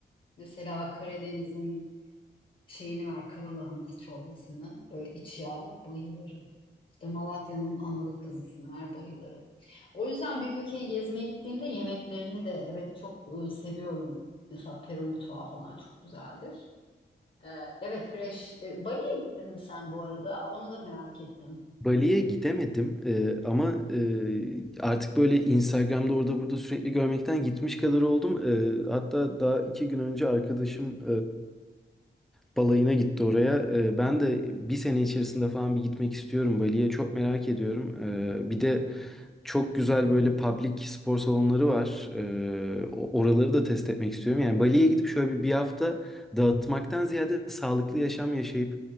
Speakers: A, on the left (about 45°); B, in the centre.
A: Mesela Karadeniz'in şeyini ver karalahanası çorbasını böyle iç yağla bayılırım. İşte Malatya'nın analı kızısını ver bayılırım. O yüzden bir ülkeyi gezmeye gittiğimde yemeklerini de evet çok e, seviyorum. Mesela Peru mutfağı falan çok güzeldir. Ee, evet fresh. E, Bali'ye gittin mi sen bu arada? Onu da merak ettim.
B: Bali'ye gidemedim Ee, ama e, artık böyle Instagram'da orada burada sürekli görmekten gitmiş kadar oldum. Ee, hatta daha iki gün önce arkadaşım e, balayına gitti oraya. Ee, ben de bir sene içerisinde falan bir gitmek istiyorum Bali'ye. Çok merak ediyorum. Ee, bir de çok güzel böyle public spor salonları var. Ee, o- oraları da test etmek istiyorum. Yani Bali'ye gidip şöyle bir, bir hafta dağıtmaktan ziyade sağlıklı yaşam yaşayıp